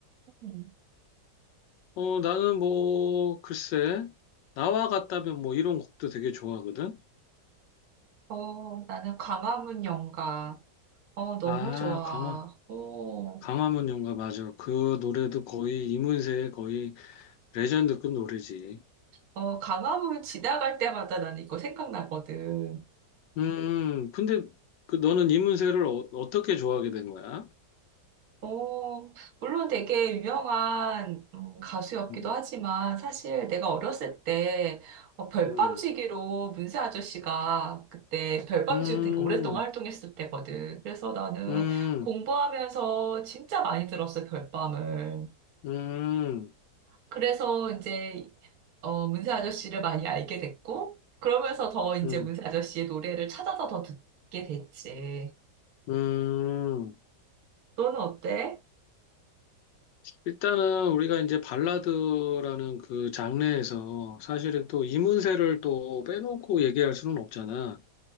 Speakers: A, on the right; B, on the left.
A: 음.
B: 어, 나는 뭐, 글쎄, 나와 같다면 뭐 이런 곡도 되게 좋아하거든.
A: 어, 나는 광화문 연가. 어, 너무
B: 아,
A: 좋아.
B: 강화,
A: 어,
B: 강화문 연가, 맞아. 그 노래도 거의 이문세의 거의 레전드급 노래지.
A: 어, 광화문 지나갈 때마다 나는 이거 생각나거든.
B: 음, 음. 근데 그 너는 이문세를 어, 떻게 좋아하게 된 거야?
A: 어, 물론 되게 유명한 음, 가수였기도
B: 음,
A: 하지만 사실 내가 어렸을 때 어, 별밤지기로
B: 음,
A: 문세 아저씨가 그때 별밤지기로
B: 음.
A: 되게 오랫동안 활동했을 때거든. 그래서 나는
B: 음,
A: 공부하면서 진짜 많이 들었어, 별밤을.
B: 음,
A: 그래서 이제 어, 문세 아저씨를 많이 알게 됐고 그러면서 더 이제
B: 음,
A: 문세 아저씨의 노래를 찾아서 더 듣게 됐지.
B: 음.
A: 너는 어때?
B: 일단은 우리가 이제 발라드라는 그 장르에서 사실은 또 이문세를 또 빼놓고 얘기할 수는 없잖아.